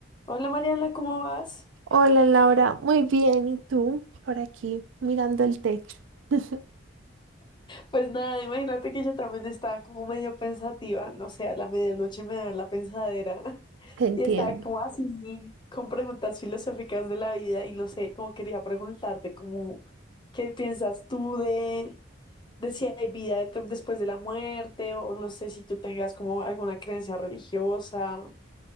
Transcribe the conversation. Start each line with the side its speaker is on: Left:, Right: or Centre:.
Left: Hola Mariana, ¿cómo vas?
Right: Hola Laura, muy bien. ¿Y tú? Por aquí mirando el techo. <laughs>
Left: Pues nada, imagínate que yo también estaba como medio pensativa, no sé, a la medianoche me da la pensadera <laughs>
Right: Te entiendo.
Left: y estaba como así con preguntas filosóficas de la vida y no sé, como quería preguntarte como qué piensas tú de, de si hay vida detr- después de la muerte o no sé si tú tengas como alguna creencia religiosa,